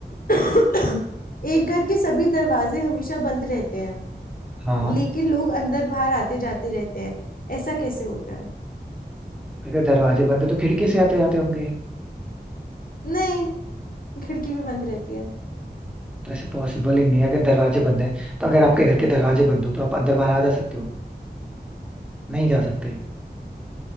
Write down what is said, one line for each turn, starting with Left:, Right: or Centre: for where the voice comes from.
Left: <coughs> एक घर के सभी दरवाजे हमेशा बंद रहते हैं
Centre: हाँ
Left: लेकिन लोग अंदर बाहर आते जाते रहते हैं ऐसा कैसे होता है
Centre: अगर दरवाजे बंद है तो खिड़की से आते जाते होंगे
Left: नहीं खिड़की भी बंद रहती है
Centre: तो ऐसे पॉसिबल ही नहीं है। अगर दरवाजे बंद है तो अगर आपके घर के दरवाजे बंद हो तो आप अंदर बाहर आ जा सकते हो नहीं जा सकते